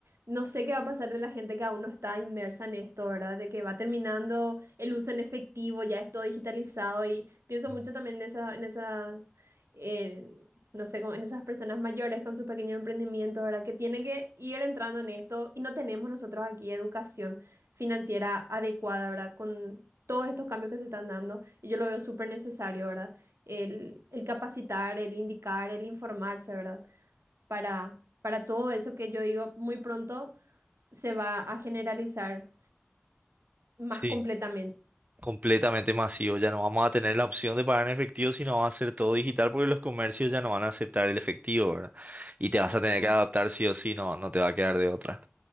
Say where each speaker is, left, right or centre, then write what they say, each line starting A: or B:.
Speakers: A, on the right (about 85°); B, on the right (about 35°).
A: No sé qué va a pasar de la gente que aún no está inmersa en esto, ¿verdad? De que va terminando el uso en efectivo, ya es todo digitalizado y pienso
B: Mm.
A: mucho también en esa, en esas, eh, no sé, como en esas personas mayores con sus pequeños emprendimientos, ¿verdad? Que tienen que ir entrando en esto y no tenemos nosotros aquí educación financiera adecuada, ¿verdad? Con todos estos cambios que se están dando y yo lo veo súper necesario, ¿verdad? El, el capacitar, el indicar, el informarse, ¿verdad? Para, para todo eso que yo digo muy pronto se va a generalizar más
B: Sí.
A: completamente.
B: completamente masivo. Ya no vamos a tener la opción de pagar en efectivo, sino va a ser todo digital porque los comercios ya no van a aceptar el efectivo, ¿verdad? Y te vas a tener
A: Claro.
B: que adaptar sí o sí, no, no te va a quedar de otra.